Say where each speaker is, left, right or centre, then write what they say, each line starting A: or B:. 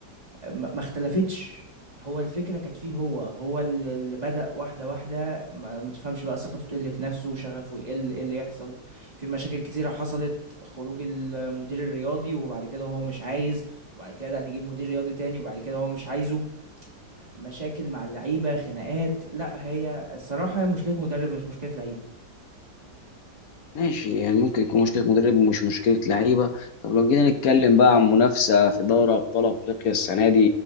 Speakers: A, on the right (about 25°); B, on the left (about 65°).
A: م- ما اختلفتش هو الفكره كانت فيه هو هو ال- اللي بدأ واحده واحده ما ما تفهمش بقى ثقته تقل في نفسه شغفه يقل ايه اللي يحصل في مشاكل كتيره حصلت خروج المدير الرياضي وبعد كده هو مش عايز وبعد كده لا نجيب مدير رياضي تاني وبعد كده هو مش عايزه مشاكل مع اللعيبه خناقات لا هي الصراحه هي مشكله مدرب مش مشكله لعيبه
B: ماشي يعني ممكن يكون مشكلة مدرب ومش مشكلة لعيبة طب لو جينا نتكلم بقى عن منافسة في دوري أبطال أفريقيا السنة دي